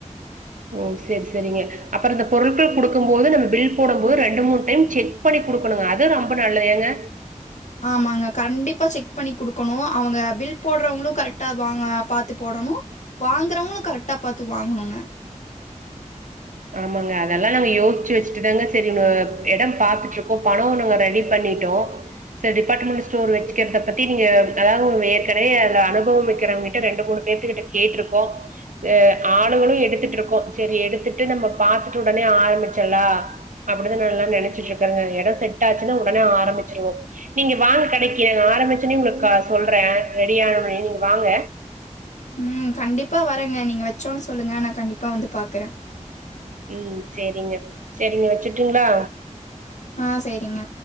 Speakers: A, on the right; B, on the left.
A: ஓ சேரி சேரிங்க அப்பற இந்த பொருட்கள் குடுக்கும் போது நம்ம பில் போடம் போது ரெண்டு மூணு டைம் செக் க் பண்ணி குடுக்கணுங்க அது ரொம்ப நல்லது ஏங்க
B: ஆமாங்க கண்டிப்பா செக் பண்ணி குடுக்கணு அவுங்க பில் போட்றவங்களு கரெக்டா வாங்க பாத்து போடணு வாங்குறவ்ங்களு கரெக்டா பாத்து வாங்கணுங்க
A: ஆமாங்க அதெல்லா நாங்க யோசிச்சு வச்சுட்டு தாங்க சேரினு எடம் பாத்துட்ருக்கோ பணோ நாங்க ரெடிப் பண்ணிட்டோ செரி டிபார்ட்மெண்ட்டு ஸ்டோரு வெச்சுக்கிறத பத்தி நீங்க அதாவ்து உங் ஏற்கனவே அதுல அனுபவம் வேக்கிறவ்ங்க்கிட்ட ரெண்டு மூணு பேத்துக்கிட்ட கேட்ருக்கோ அ ஆளுகளு எடுத்துட்ருக்கோ சேரி எடுத்துட் ட்டு நம்ம பாத்துட்டு உடனே ஆரம்மிச்சிர்லா அப்டிதா நால்லா நெனைச்சிட்ருக்கறங்க எட செட் ஆச்சுனா உடனே ஆரம்மிச்சிருவோ நீங்க வாங்க கடைக்கு நாங்க ஆரம்மிச்சோனே உங்களுக்கா சொல்றே ரெடி ஆன ஒட்னே நீங்க வாங்க
B: ம் கண்டிப்பா வரேங்க நீங்க வச்சோன்ன சொல்லுங்க நா கண்டிப்பா வந்து பாக்குறே
A: ம் சேரிங்க சேரிங்க வச்சுருட்டுங்ளா
B: ஆ சேரிங்க